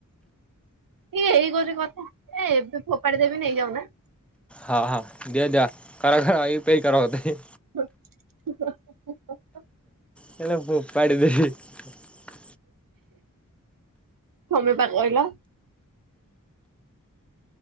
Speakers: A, on the right (about 85°); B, in the centre.
A: ଇ ଗୋଟେ ଏଇ ଗୋଟେ କଥା, ଏ ଏବେ ଫୋପାଡି ଦେବି ନେଇଯାଉନା।
B: ହଁ ହଁ ଦିଅ, ଦିଅ, କର, କର, ୟୁ ପି ଆଇ ପେ କର ମତେ।
A: ହଁ
B: ହେ ପାଡ଼ି ଦେଇି। <unintelligible> <inaudible>
A: ତମେ ପା କହିଲ?